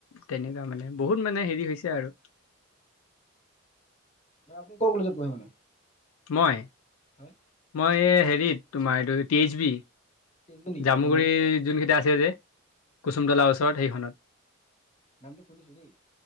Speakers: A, on the left (about 75°); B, on the left (about 30°).
A: তেনেকুৱা মানে বহুত মানে হেৰি হৈছে আৰু।
B: ন আপুনি ক'ৰ কলেজত পঢ়িব নো
A: মই।
B: হয়।
A: মই এই হেৰিত তোমাৰ এইটো কি ইচ বি
B: তেজপুৰ নেকি
A: জামুগুৰি
B: অ
A: যোনকেইটা আছে যে কুচুমতলাৰ ওচৰত সেইখনত
B: গান টো শুনিছিলি।